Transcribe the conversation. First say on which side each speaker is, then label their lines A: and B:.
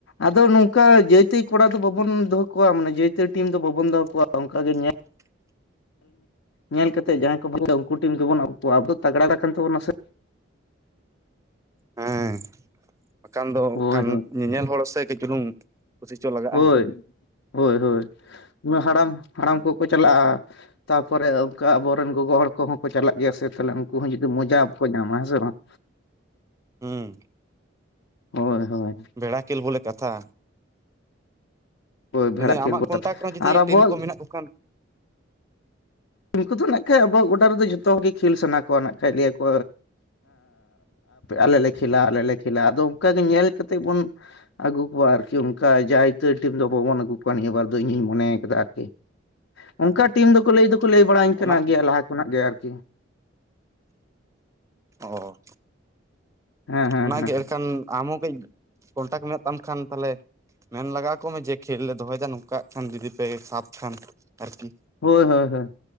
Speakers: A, on the left (about 75°); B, on the right (about 15°).
A: ᱟᱫᱚ ᱱᱚᱝᱠᱟ ᱡᱟᱹᱭ ᱛᱟᱹᱭ ᱠᱚᱲᱟ ᱫᱚ ᱵᱟᱵᱚᱱ ᱫᱚᱦᱚ ᱠᱚᱣᱟ, ᱢᱟᱱᱮ ᱡᱟᱹᱭ ᱛᱟᱹᱭ ᱴᱤᱢ ᱫᱚ ᱵᱟᱵᱚᱱ ᱫᱚᱦᱚ ᱠᱚᱣᱟ᱾ ᱚᱱᱠᱟ ᱜᱮ ᱧᱮᱞ
B: <inaudible>
A: ᱧᱮᱞ ᱠᱟᱛᱮᱫ ᱡᱟᱦᱟᱸᱭ ᱠᱚᱵᱚᱱ ᱩᱱᱠᱩ ᱴᱤᱢ ᱫᱚᱵᱚᱱ ᱟᱜᱩ ᱠᱚᱣᱟ᱾ ᱟᱵᱚ ᱫᱚ ᱛᱟᱜᱽᱲᱟ ᱠᱟᱱ ᱛᱟᱵᱚᱱᱟ ᱥᱮ᱾
B: ᱦᱮᱸ ᱵᱟᱠᱷᱟᱱ ᱫᱚ ᱦᱟᱸᱜ
A: ᱦᱳᱭ
B: ᱠᱷᱟᱱ
A: ᱦᱳᱭ
B: ᱧᱮᱧᱮᱞ ᱦᱚᱲ ᱦᱚᱥᱮ ᱠᱟᱹᱡ ᱪᱩᱞᱩᱝ ᱠᱩᱥᱤ ᱦᱚᱪᱚ ᱞᱟᱜᱟᱜ-ᱟ᱾
A: ᱦᱳᱭ ᱦᱳᱭ ᱦᱳᱭ᱾ ᱦᱟᱲᱟᱢ, ᱦᱟᱲᱟᱢ ᱠᱚᱠᱚ ᱪᱟᱞᱟᱜ-ᱟ᱾ ᱛᱟᱨᱯᱚᱨᱮ ᱚᱱᱠᱟ ᱟᱵᱚᱨᱮᱱ ᱜᱚᱜᱚ ᱦᱚᱲ ᱠᱚᱦᱚᱸ ᱠᱚ ᱪᱟᱞᱟᱜ ᱜᱮᱭᱟ ᱥᱮ᱾ ᱛᱟᱦᱚᱞᱮ ᱩᱱᱠᱩ ᱦᱚᱸ ᱡᱩᱫᱤ ᱢᱚᱡᱟ ᱵᱟᱠᱚ ᱧᱟᱢᱟ ᱦᱮᱸ ᱥᱮ ᱵᱟᱝ᱾
B: ᱦᱩᱸ,
A: ᱦᱳᱭ ᱦᱳᱭ
B: ᱵᱷᱮᱲᱟ ᱠᱷᱮᱞ ᱵᱚᱞᱮ ᱠᱟᱛᱷᱟ᱾
A: ᱦᱳᱭ
B: ᱞᱟᱹᱭ
A: ᱵᱷᱮᱲᱟ
B: ᱫᱟᱹᱧ
A: ᱠᱷᱮᱞ
B: ᱟᱢᱟᱜ ᱠᱚᱱᱴᱟᱠᱴ
A: ᱠᱟᱛᱷᱟ
B: ᱨᱮ ᱡᱩᱫᱤ
A: ᱟᱨ ᱟᱵᱚᱣᱟᱜ
B: ᱴᱤᱢ ᱠᱚ ᱢᱮᱱᱟᱜ ᱠᱚ ᱠᱷᱟᱱ?
A: ᱩᱱᱠᱩ ᱫᱚ ᱱᱟᱦᱟᱜ ᱠᱷᱟᱡ ᱟᱵᱚᱣᱟᱜ ᱜᱚᱰᱟ ᱨᱮᱫᱚ ᱡᱚᱛᱚ ᱦᱚᱲ ᱜᱮ ᱠᱷᱮᱹᱞ ᱥᱟᱱᱟ ᱠᱚᱣᱟ ᱱᱟᱜ ᱠᱷᱟᱡ ᱞᱟᱹᱭ ᱟᱠᱚ ᱟᱞᱮ ᱞᱮ ᱠᱷᱮᱹᱞᱟ ᱟᱞᱮ ᱞᱮ ᱠᱷᱮᱹᱞᱟ ᱟᱫᱚ ᱚᱱᱠᱟᱜᱮ ᱧᱮᱞ ᱠᱟᱛᱮᱜ ᱵᱚᱱ ᱟᱹᱜᱩ ᱠᱚᱣᱟ ᱟᱹᱨᱠᱤ ᱚᱱᱠᱟ ᱡᱟᱭ ᱛᱟᱹᱭ ᱴᱤᱢ ᱫᱚ ᱵᱟᱵᱚᱱ ᱟᱹᱜᱩ ᱠᱚᱣᱟ ᱱᱤᱭᱟᱹᱵᱟᱨ ᱫᱚ ᱤᱧᱤᱧ ᱢᱚᱱᱮᱭ ᱠᱟᱫᱟ ᱟᱹᱨᱠᱤ ᱾ ᱚᱱᱠᱟ ᱴᱤᱢ ᱫᱚᱠᱚ ᱞᱟᱹᱭ ᱫᱚᱠᱚ ᱞᱟᱹᱭ ᱵᱟᱲᱟᱹᱧ ᱠᱟᱱᱟ
B: ᱚᱱᱟ
A: ᱜᱮᱭᱟ ᱞᱟᱦᱟ ᱠᱷᱚᱱᱟᱜ ᱜᱮ ᱟᱹᱨᱠᱤ ᱾
B: ᱚ
A: ᱦᱮᱸ ᱦᱮᱸ
B: ᱚᱱᱟᱜᱮ
A: ᱦᱮᱸ
B: ᱮᱱᱠᱷᱟᱱ ᱟᱢ ᱦᱚᱸ ᱠᱟᱹᱡ ᱠᱚᱱᱴᱟᱠᱴ ᱢᱮᱱᱟᱜ ᱛᱟᱢ ᱠᱷᱟᱱ ᱛᱟᱦᱞᱮ ᱢᱮᱱ ᱞᱮᱜᱟᱣ ᱟᱠᱚᱢᱮ ᱡᱮ ᱠᱷᱮᱹᱞ ᱞᱮ ᱫᱚᱦᱚᱭᱮᱫᱟ ᱱᱚᱝᱠᱟᱜ ᱠᱷᱟᱱ ᱡᱩᱫᱤ ᱯᱮ ᱥᱟᱵ ᱠᱷᱟᱱ ᱟᱹᱨᱠᱤ
A: ᱦᱳᱭ ᱦᱳᱭ ᱦᱳᱭ